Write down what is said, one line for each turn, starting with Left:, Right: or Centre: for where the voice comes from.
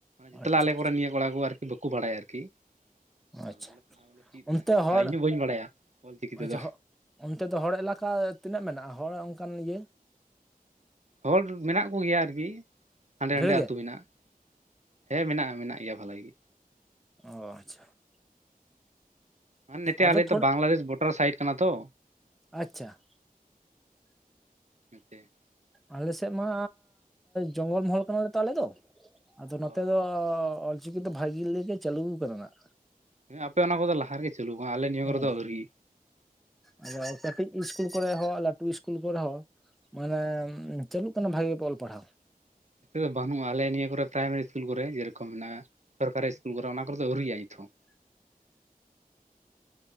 Right: ᱡᱷᱚᱛᱚ
Centre: ᱟᱪᱪᱷᱟ
Right: ᱟᱞᱮ ᱠᱚᱨᱮᱱ ᱱᱤᱭᱟᱹ ᱠᱚᱲᱟ ᱠᱚ ᱵᱟᱠᱚ ᱵᱟᱲᱟᱭᱟ᱾ ᱟᱨ ᱚᱮ <unintelligible> ᱯᱟᱲᱦᱟᱜ
Centre: ᱟᱪᱪᱷᱟ
Right: ᱵᱟᱟᱞᱮ <unintelligible> ᱪᱮᱫ
Centre: ᱚᱱᱛᱮ
Right: ᱢᱮᱱ ᱮᱫᱟ,
Centre: ᱦᱚᱲ
Right: ᱤᱧᱦᱚᱸ ᱵᱟᱹᱧ ᱵᱟᱲᱟᱭᱟ ᱚᱞ ᱪᱤᱠᱤ ᱛᱮᱫᱚ᱾
Centre: ᱟᱪᱪᱷᱟ ᱦᱚ ᱚᱱᱛᱮ ᱫᱚ ᱦᱚᱲ ᱮᱞᱟᱠᱟ ᱛᱤᱱᱟᱹᱜ ᱢᱮᱱᱟᱜ-ᱟ ᱦᱚᱲ ᱚᱱᱠᱟᱱ ᱤᱭᱟᱹ
Right: ᱦᱚᱲ ᱢᱮᱱᱟᱜ ᱠᱚ ᱜᱮᱭᱟ ᱟᱨ ᱠᱤ ᱦᱟᱸᱰᱮ ᱱᱟᱰᱮ
Centre: ᱰᱷᱮᱨ
Right: ᱟᱹᱛᱩ
Centre: ᱜᱮ
Right: ᱢᱮᱱᱟᱜ-ᱟ᱾ ᱦᱮᱸ, ᱢᱮᱱᱟᱜ ᱜᱮᱭᱟ ᱵᱷᱟᱜᱤ ᱜᱮ᱾
Centre: ᱚ ᱟᱪᱪᱷᱟ,
Right: ᱦ <unintelligible> ᱱᱚᱛᱮ
Centre: ᱟᱫᱚ
Right: ᱟᱞᱮ
Centre: ᱛᱷᱚᱲᱟ
Right: ᱫᱚ ᱵᱟᱝᱞᱟᱫᱮᱥ ᱵᱳᱰᱟᱨ ᱥᱟᱭᱤᱴ ᱠᱟᱱᱟ ᱛᱚ᱾
Centre: ᱟᱪᱪᱷᱟ,
Right: ᱦᱮᱸᱛᱮ <unintelligible>
Centre: ᱟᱞᱮ ᱥᱮᱫ ᱢᱟ ᱡᱚᱝᱜᱚᱞ ᱢᱚᱦᱚᱞ ᱠᱟᱱᱟᱞᱮ ᱛᱚ ᱟᱞᱮ ᱫᱚ, ᱟᱫᱚ ᱱᱚᱛᱮ
Right: ᱚ
Centre: ᱫᱚ ᱚᱞ ᱪᱤᱠᱤ ᱫᱚ ᱵᱷᱟᱜᱤ ᱜᱮ ᱪᱟᱹᱞᱩ ᱠᱟᱱᱟ᱾ᱱᱟᱜ
Right: ᱦᱮᱸ, ᱟᱯᱮ ᱚᱱᱟ ᱠᱚᱫᱚ ᱞᱟᱦᱟ ᱨᱮᱜᱮ ᱪᱟᱹᱞᱩ ᱠᱟᱱᱟ, ᱟᱞᱮ ᱱᱤᱭᱟᱹ
Centre: ᱦᱮᱸ
Right: ᱠᱚᱨᱮ ᱫᱚ ᱟᱹᱣᱨᱤ᱾
Centre: ᱟᱫᱚ ᱠᱟᱹᱴᱤᱡ ᱤᱥᱠᱩᱞ ᱠᱚᱨᱮ ᱦᱚᱸ ᱞᱟᱹᱴᱷᱩ ᱤᱥᱠᱩᱞ ᱠᱚᱨᱮ ᱦᱚᱸ ᱢᱟᱱᱮ ᱪᱟᱹᱞᱩᱜ ᱠᱟᱱᱟ ᱵᱷᱟᱜᱤ ᱚᱞ ᱯᱟᱲᱦᱟᱣ᱾
Right: ᱱᱚᱛᱮ ᱫᱚ ᱵᱟᱹᱱᱩᱜᱼᱟ, ᱟᱞᱮ ᱱᱤᱭᱟᱹ ᱠᱚᱨᱮ ᱯᱨᱟᱭᱢᱟᱨᱤ ᱤᱥᱠᱩᱞ ᱠᱚᱨᱮ, ᱡᱮ ᱨᱚᱠᱚᱢ ᱢᱮᱱᱟᱜᱼᱟ, ᱥᱚᱨᱠᱟᱨᱤ ᱤᱥ ᱤᱥᱠᱤᱞ ᱠᱚᱨᱮ ᱚᱱᱟ ᱠᱚᱨᱮ ᱫᱚ, ᱟᱹᱣᱨᱤᱭᱟᱜ-ᱟ, ᱱᱤᱛ ᱦᱚᱸ